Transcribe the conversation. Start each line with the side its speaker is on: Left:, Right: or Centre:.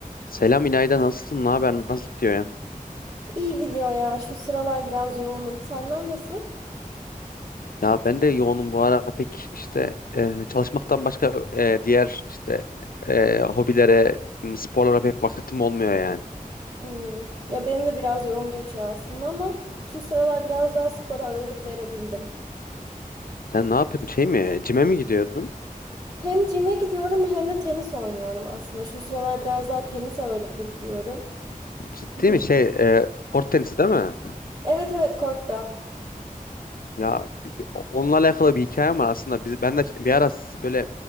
Left: Selam İlayda nasılsın? Ne haber? Nasıl gidiyor ya?
Right: İyi gidiyor ya. Şu sıralar biraz yoğunum. Senden nasıl?
Left: Ya ben de yoğunum bu ara pek işte e, çalışmaktan başka e, diğer işte e, hobilere, m, sporlara pek vaktim olmuyor yani.
Right: Hmm. Ya benim de biraz yoğun geçiyor aslında ama şu sıralar biraz daha spora ağırlık verebildim.
Left: Sen ne yapıyordun? Şey mi? Cime mi gidiyordun?
Right: Hem cime gidiyorum hem de tenis oynuyorum aslında. Şu sıralar biraz daha tenis ağırlıklı gidiyorum.
Left: Ciddi
Right: Vücut.
Left: mi? Şey e, kort tenisi değil mi?
Right: Evet evet kortta.
Left: Ya onunla alakalı bir hikayem var aslında. Biz, ben de bir ara böyle